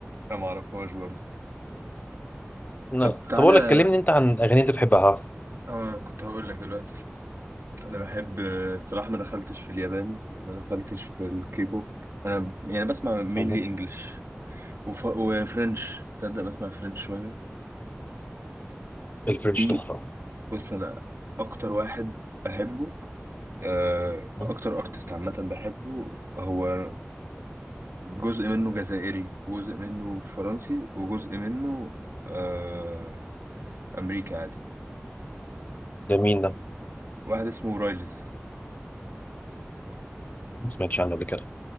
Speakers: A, on the right (about 70°); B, on the left (about 35°).
A: لا ما اعرفهاش برضه
B: لا.
A: طب تعالى
B: طب اقول لك كلمني انت عن اغاني انت بتحبها
A: اه كنت هقول لك دلوقتي انا بحب الصراحه ما دخلتش في الياباني ما دخلتش في الكيبوب انا يعني بسمع مينلي
B: مم.
A: انجلش وف... وفرنش تصدق بسمع فرنش شويه
B: الفرنش
A: في
B: تحفة
A: بص انا اكتر واحد بحبه آه،
B: مم.
A: اكتر ارتست عامه بحبه هو جزء منه جزائري وجزء منه فرنسي وجزء منه آه، امريكي عادي
B: جميل ده
A: واحد اسمه رايلز
B: ما سمعتش عنه قبل كده